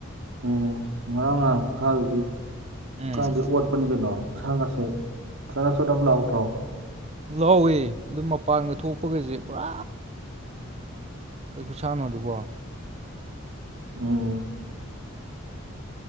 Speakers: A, on the right; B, on the right.
A: ꯎꯝ ꯉꯔꯥꯡ ꯉꯍꯥꯡ ꯈꯨꯠꯁꯥꯗꯒꯤ
B: ꯎꯝ
A: ꯀꯥꯏꯗ ꯑꯣꯠ ꯄꯅꯤ ꯀꯩꯅꯣ ꯏꯁꯥꯒꯁꯦ ꯆꯅꯞ ꯆꯅꯞ ꯂꯥꯎꯗꯔꯣ
B: ꯂꯥꯎꯋꯦ ꯑꯗꯨ ꯃꯄꯥꯟꯗ ꯊꯣꯛꯄꯒꯁꯦ ꯄꯨꯔꯥ ꯀꯩ ꯈꯨꯨꯁꯥꯅꯣ ꯑꯗꯨꯕꯣ
A: ꯎꯝ